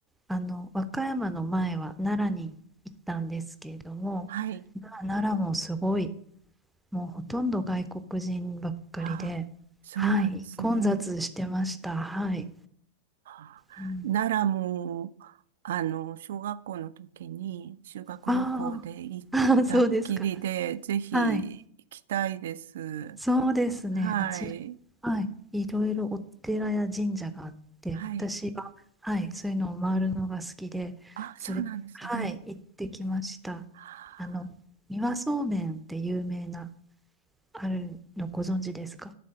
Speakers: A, in the centre; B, on the right.
A: あの、和歌山の前は奈良に行ったんですけれども、
B: はい。
A: な奈良もすごい、もうほとんど外国人ばっかりで、
B: ああ、そうなんですね。
A: はい、混雑してました。はい。
B: あ奈良も、
A: うん、
B: あの、小学校の時に修学旅行で行ったっきりで、
A: あー <laughs> あー、<laughs> そうですか。
B: ぜひ行きたいです。
A: はい。そうですね。
B: はい。
A: あちら、はい、いろいろお寺や神社があって、
B: はい。
A: 私は、はい、そういうのを回るのが好きで、
B: あ、そうなんですね。
A: それ、はい、行ってきました。
B: はあ
A: あの、三輪そうめんって有名な、あるのご存知ですか